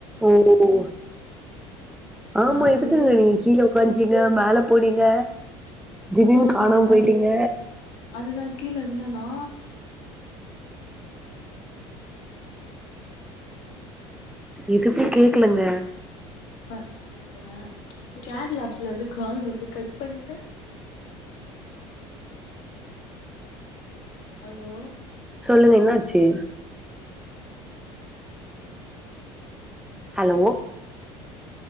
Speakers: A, in the centre; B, on the left.
A: ஒ ஒ ஆமா
B: மேல
A: எதுக்குங்க
B: போயிட்டு
A: நீங்க கீழ உக்காஞ்சீங்க மேல போனிங்க திவின்
B: ஆ
A: காணாம்
B: அதனால
A: பொய்ட்டீங்க
B: அதுதா கீழ இர்ந்தனா
A: எதுமே கேக்லங்க
B: ம போன கேட்லாப்ஸ்லேந்து கால் வந்து கட் பண்ட்ட ஹலோ
A: சொல்லுங்க இன்னாச்சு ஹலோ